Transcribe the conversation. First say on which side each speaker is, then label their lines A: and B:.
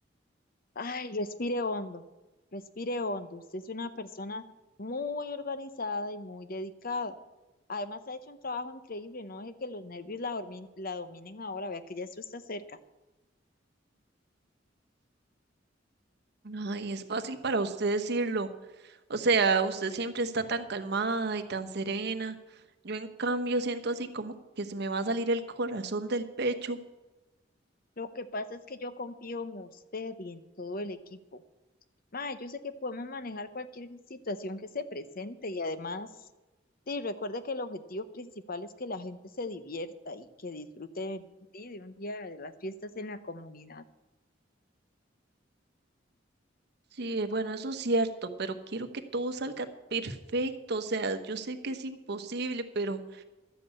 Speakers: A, on the left; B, on the right.
A: Ay, respire hondo, respire hondo. Usted es una persona muy organizada y muy dedicada. Además, ha hecho un trabajo increíble. No deje que los nervios la, dormin- la dominen ahora. Vea que ya eso está cerca.
B: Ay, es fácil para usted decirlo. O sea, usted siempre está tan calmada y tan serena. Yo en cambio siento así como que se me va a salir el corazón del pecho.
A: Lo que pasa es que yo confío en usted y en todo el equipo. Ma, yo sé que podemos manejar cualquier situación que se presente y además, sí, recuerde que el objetivo principal es que la gente se divierta y que disfrute, sí, de un día de las fiestas en la comunidad.
B: Sí, eh, bueno, eso es cierto, pero quiero que todo salga perfecto. O sea, yo sé que es imposible, pero...